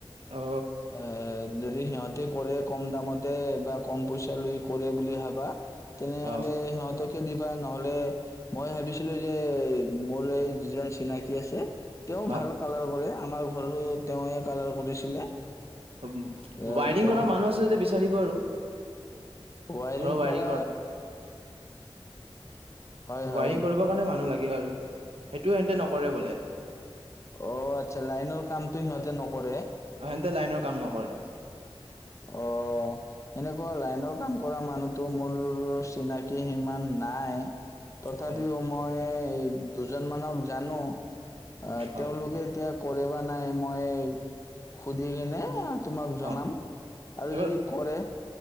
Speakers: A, on the right; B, on the left.
A: অ',
B: অ যদি সিহঁতে কৰে কম দামতে বা কম পইচা লৈ কৰে বুলি ভাবা তেনেহলে
A: অ',
B: সিহঁতক দিবা নহলে মই ভাবিছিলো যে মোৰ এই যিজন চিনাকি আছে তেওঁ
A: হয়।
B: ভাল কালাৰ কৰে আমাৰ ঘ ঘৰো তেওঁৱে কালাৰ কৰিছিলে।
A: অম',
B: আহ,
A: ৱাইৰিং
B: তেওঁ
A: কৰা মানুহ আছে যদি বিচ বিচাৰিব আৰু।
B: ৱাইৰিং
A: ঘৰৰ ৱায়াৰিং
B: কৰা? হয় হয়
A: ৱাৰিং কৰিবৰ কাৰণে মানুহ লাগে আৰু। সেইটোও সেনেতে নকৰে বোলে।
B: অহ', আচ্ছা, লাইনৰ কামতো সিহঁতে নকৰে।
A: অহ', সেহতে লাইনৰ কাম নকৰে।
B: অহ', সেনেকুৱা লাইনৰ কাম কৰা মানুহতো মোৰ চিনাকি সিমান নাই। তথাপিও
A: হয়
B: মই দুজন মানক জানো। আহ',
A: হয়
B: তেওঁলোকে এতিয়া কৰে বা নাই মই সুধি কিনে তোমাক জনাম।
A: অ',
B: আৰু
A: এবাৰ
B: যদি কৰে?